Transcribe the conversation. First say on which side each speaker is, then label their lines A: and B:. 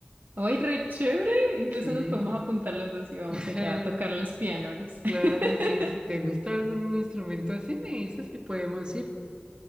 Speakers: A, on the right; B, on the right.
A: ¡Ay, re chévere! Incluso
B: Sí,
A: nos podemos apuntar los dos y vamos
B: <laughs>
A: allá a tocar los pianolos. <laughs>
B: claro, sí, si te gusta algún instrumento así, me dices si podemos ir.